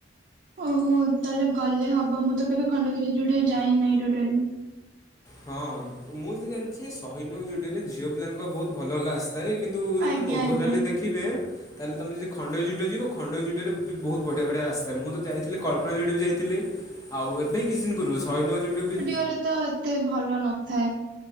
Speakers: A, on the right; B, on the left.
A: ଓହୋ ତାହେଲେ ଗଲେ ହବ। ମୁଁ ତ କେବେ ଖଣ୍ଡଗିରି ଜୁଡିଓ ଯାଇ ନାହିଁ ଟୋଟାଲି।
B: ହଁ ମୁଁ ଯେତିକି ଜାଣିଚି ସହିନୁବ୍ ଯୁଡ଼ିରେ ଜିଓ ପିଲାଙ୍କ ବୋହୁତ ଭଲ ଭଲ ଆସିଥାଏ। କିନ୍ତୁ ଯଦି
A: ଆଜ୍ଞା
B: ତମେ ଓଭରାଲି
A: ଆଜ୍ଞା
B: ଦେଖିବେ ତାହେଲେ ତମେ ଖଣ୍ଡଗିରି ଜୁଡ଼ିଓ ଯିବ ଖଣ୍ଡଗିରି ଜୁଡ଼ିଓରେ ବି ବୋହୁତ ବଢ଼ିଆ ବଢ଼ିଆ ଆସିଥାଏ। ମୁଁ ତ ଯାଇଥିଲି କ୍ପପନା ଜୁଡ଼ିଓ ବି ଯାଇଥିଲି। ଆଉ ଏବେ କିଛି ଦିନ ପୂର୍ବ ସହିଦ୍ ନଗର ଜୁଡିଓ ବି
A: ଉପରେ ତ ଏତ୍ ଏତେ ଭଲ ନଥାଏ।